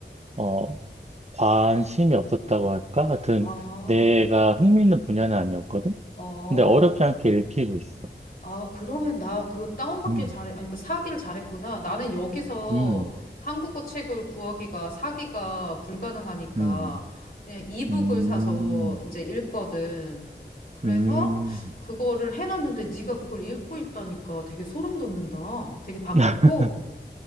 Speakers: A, on the right; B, on the left.
A: 어, 관심이 없었다고 할까? 하여튼
B: 아,
A: 내가 흥미있는 분야는 아니었거든?
B: 어.
A: 근데 어렵지 않게 읽히고 있어.
B: 아, 그러면 나 그거 다운받길
A: 음,
B: 잘해. 아니, 그 사기를 잘했구나. 나는 여기서
A: 음,
B: 한국어 책을 구하기가 사기가 불가능하니까
A: 음,
B: 그냥 이북을
A: 음,
B: 사서 이제 읽거든. 그래서
A: 음.
B: 그거를 해놨는데 네가 그걸 읽고 있다니까 되게 소름 돋는다. 되게 반갑고.
A: <laughs>